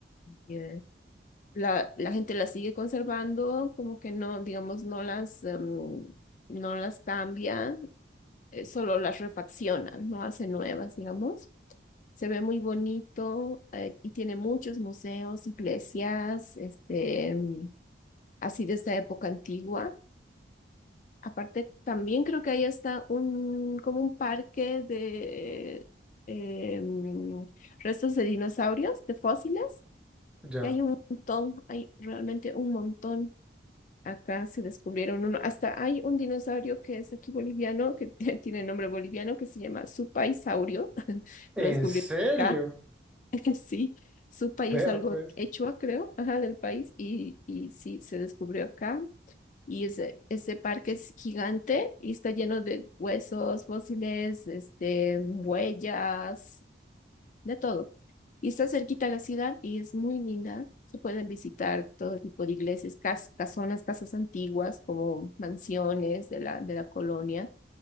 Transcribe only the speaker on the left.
eh, la, la gente las sigue conservando, como que no, digamos, no las, em, no las cambia eh, solo las refaccionan, no hacen nuevas, digamos. Se ve muy bonito eh, y tiene muchos museos, iglesias, este, mm, así de esta época antigua. Aparte, también creo que ahí está un, como un parque de eh, mm, restos de dinosaurios, de fósiles,
que hay un montón, hay realmente un montón. Acá se descubrieron uno, hasta hay un dinosaurio que es aquí boliviano, que <laughs> tiene nombre boliviano, que se llama supaisaurio, <laughs>
lo descubrieron
acá, <laughs> sí, Supai
es algo
quechua, creo, ajá, del país, y, y sí, se descubrió acá, y ese, ese parque es gigante y está lleno de huesos, fósiles, este, huellas, de todo. Y está cerquita a la ciudad y es muy linda. Se pueden visitar todo tipo de iglesias, cas casonas, casas antiguas, como mansiones de la, de la colonia,